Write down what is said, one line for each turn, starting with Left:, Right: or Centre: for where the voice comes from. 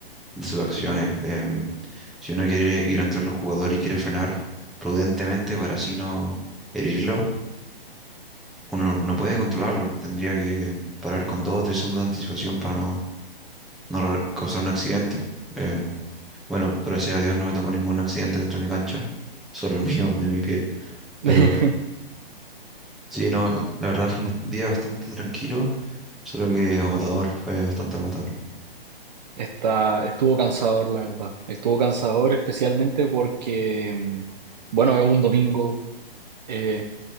Centre: de sus acciones. Em, si uno quiere ir a entrarle a un jugador y quiere frenar prudentemente para así no herirlo, uno no, no puede controlarlo. Tendría que parar con dos o tres segundos de anticipación para no, no re- causar un accidente. Eh, bueno, gracias a Dios no me tocó ningún accidente dentro de mi cancha, solo el <laughs> mío, de mi pie.
Right: <laughs>
Centre: Pero sí, no, la verdad fue un día bastante tranquilo, solo que agotador, fue bastante agotador.
Right: Está, estuvo cansador, la verdad. Estuvo cansador especialmente porque, mm, bueno, es un domingo. eh,